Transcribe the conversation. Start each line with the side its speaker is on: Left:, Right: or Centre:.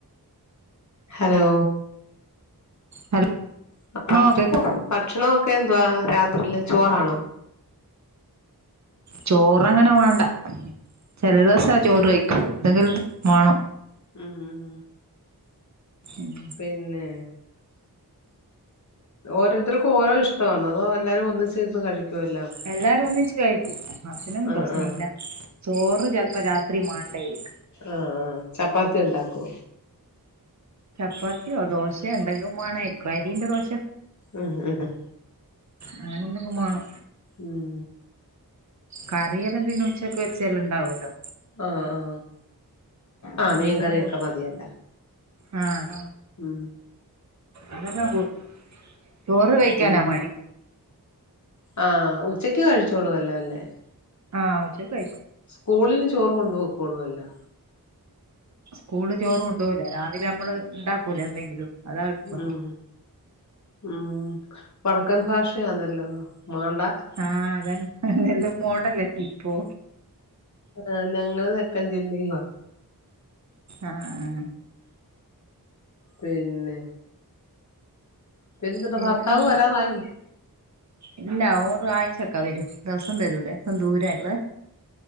Left: Hello
Right: hello
Left: <unintelligible>
Right: കേക്ക്
Left: ഭക്ഷണൊക്കെ എന്തുവാ രാത്രിയില് ചോറാണോ?
Right: ചോറ്ങ്ങനെ വേണ്ട ചില ദിവസാ ചോറ് കഴിക്കും എന്തെങ്കിലും വേണൊ
Left: ഉം ഉം
Right: ഉം
Left: പിന്നെ ഓരോരുത്തർക്കും ഓരോ ഇഷ്ടവാന്നോ അതോ എല്ലാരും ഒന്നിച്ചിരുന്ന് കഴിക്കോ എല്ലാം
Right: എല്ലാരും ഒന്നിച്ച് കഴിക്കു അതിനനൊന്നും
Left: ആഹ്
Right: പ്രശ്ന
Left: ആഹ്
Right: ഇല്ല ചോറ് ചിലപ്പോ രാത്രി മാണ്ടായിരിക്കും
Left: ആഹ് ഹ് ചപ്പാത്തി ഉണ്ടാക്കോ?
Right: ചപ്പാത്തിയോ ദോശയോ എന്തെങ്കിലും മാണായിരിക്കും അരീൻ്റെ ദോശ
Left: ഉം ഉം ഉം
Right: അങ്ങനെന്തെങ്കും മാണോ.
Left: ഉം
Right: കറിയെല്ലാം പിന്നെ ഉച്ചക്ക് വെച്ചേല് ഉണ്ടാവല്ലോ
Left: ഹോ ഹോ ആഹ് മീൻകറിയൊക്കെ
Right: അതെല്ലാം കൊടുക്കും
Left: മതിയല്ല.
Right: ആഹ് അത
Left: ഉം
Right: അതെല്ലാ കൂട്ടും ചോറ് വെഴിക്കാനാ
Left: ഉം
Right: മടി.
Left: ആഹ് ഉച്ചയ്ക്ക് കഴിച്ചോളൂ അല്ലേ ല്ലേ.
Right: ആഹ് ഉച്ചയ്ക്ക് കൈ
Left: സ്കൂളിൽ ചോറ് കൊണ്ട്പോക്കോളൊല്ലോ.
Right: സ്കൂള് ചോറ് കൊണ്ടോകുലേ രാവിലെ നമ്മള് ഇണ്ടാക്കൂലെ എന്തെങ്കിലും. അതാ എടുക്കുവ
Left: ഉം ഉം വടക്കൻ ഭാഷയാന്നല്ലോ മാണ്ട
Right: ആഹ് അത അതെല്ലാം മോഡല ഇപ്പോ.
Left: ആഹ് ഞങ്ങള് തെക്കൻ ജില്ലയുവാ
Right: ആഹ്
Left: പിന്നെ പിന്നെന്തോണ്ട്
Right: പിന്നെ
Left: ഭർത്താവ്
Right: നല്ല
Left: വരാറായി.
Right: ഇല്ല ഓറ് ആഴ്ചക്കെ വരൂ ദിവസം വരൂല്ലെ ലേശം ദൂര ഉള്ളത്